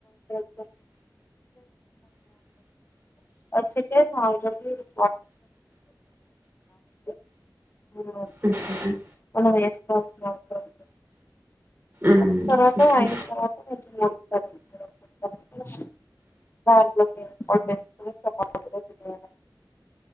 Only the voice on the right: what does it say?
ఓకేనా
మ్మ్
ఓకే